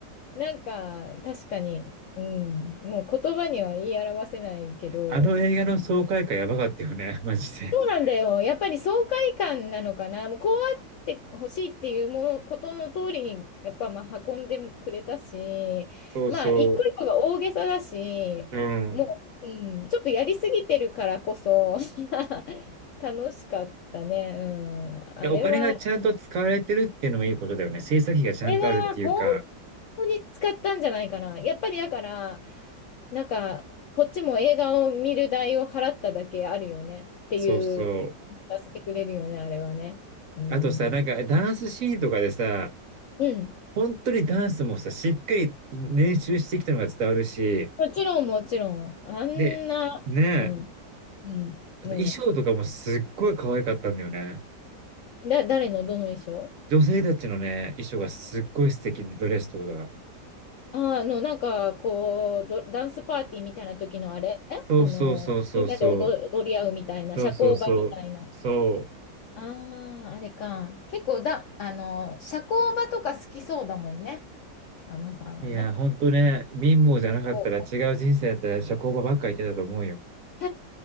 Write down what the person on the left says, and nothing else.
なんか確かに、うん、もう言葉には言い表せないけど、
そうなんだよ。やっぱり爽快感なのかな。もうこうあってほしいっていうもの、ことの通りに、やっぱまあ運んでくれたし、
まあ一個一個が大げさだし、
もう、うん、ちょっとやりすぎてるからこそ、<laughs> 楽しかったね。うん。
あれは、
あれは本当に使ったんじゃないかな。やっぱりだから、なんか、こっちも映画を見る代を払っただけあるよねっていう、
させてくれるよね、あれはね。うん。
うん。
もちろん、もちろん。あんな、
うん。うん。も
う、だ、誰のどの衣装
ああの、なんか、こう、ど、ダンスパーティーみたいな時のあれあの、
みんなで踊、踊り合うみたいな、
社交場みたいな。
ああ、あれか。結構だ、あの、社交場とか好きそうだもんね。あのさんはね。
そうか <laughs>